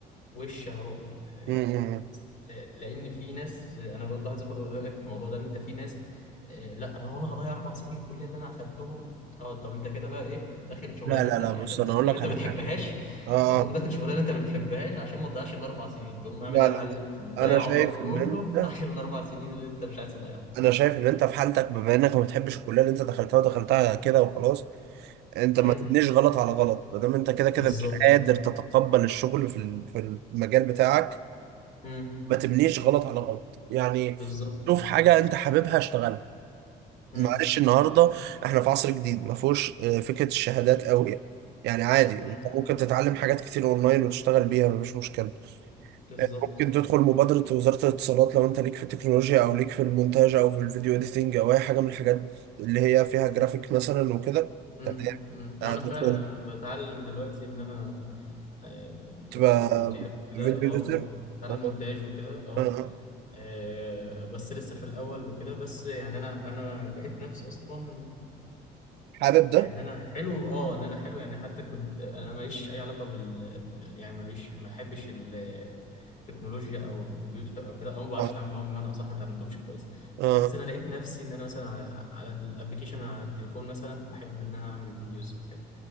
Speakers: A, on the left; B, on the right.
A: وش هروحه آه،
B: م- م.
A: بس آه، لان في ناس آه، انا برضه عايز اخد رايك في الموضوع ده انت في ناس آه، لا انا وانا هضيع اربع سنين الكليه اللي انا اخدتهم اه طب انت كده بقى ايه داخل شغلانه
B: لا لا
A: انت يعني
B: لا بص
A: انت دخلت
B: انا اقول
A: كليه
B: لك
A: انت
B: على
A: ما بتحبهاش
B: حاجه اه
A: فتقوم داخل شغلانه انت ما بتحبهاش عشان ما تضيعش الاربع سنين تقوم عامل
B: لا
A: ايه يا معلم
B: لا لا
A: تقوم مضيع
B: انا شايف
A: عمرك كله
B: ان انت
A: <laughs> عشان الاربع سنين اللي انت مش عايز تضيعها
B: انا شايف ان انت في حالتك بما انك ما بتحبش الكليه اللي انت دخلتها ودخلتها كده وخلاص انت
A: امم
B: ما تبنيش غلط على غلط ما دام انت كده كده
A: بالظبط
B: مش قادر تتقبل الشغل في ال- في المجال بتاعك
A: امم
B: ما تبنيش غلط على غلط يعني
A: بالظبط
B: شوف حاجه انت حاببها اشتغلها
A: امم
B: معلش النهارده احنا في عصر جديد ما فيهوش آه، فكره الشهادات قوي يعني يعني عادي
A: امم
B: انت ممكن تتعلم حاجات كتير اونلاين وتشتغل بيها مفيش مشكله
A: بالظبط
B: ممكن تدخل مبادرة وزارة الاتصالات لو انت ليك في التكنولوجيا او ليك في المونتاج او في الفيديو اديتنج او اي حاجة من الحاجات اللي هي فيها جرافيك مثلا وكده
A: امم
B: تمام
A: امم
B: هتدخل
A: انا فعلا بتعلم دلوقتي ان انا آه،
B: تبقى
A: اطلع مونتير وكده
B: فيديو
A: اه
B: اديتور
A: من- اتعلم
B: اه
A: مونتاج وكده اه
B: اه. آه.
A: آه، بس لسه في الاول وكده بس يعني انا انا لقيت نفسي اصلا
B: حابب ده
A: آه، ان انا حلو اه ان انا حلو يعني حتى كنت انا ماليش اي علاقه بال ب- يعني ماليش ما بحبش ال- التكنولوجيا او الكمبيوتر او كده او ما بعرفش
B: اه
A: اتعامل معاهم بمعنى اصح ما اتعلمتهمش كويس
B: اه
A: بس انا لقيت نفسي ان انا مثلا على على الابلكيشن على التليفون مثلا بحب ان انا اعمل فيديوز وكده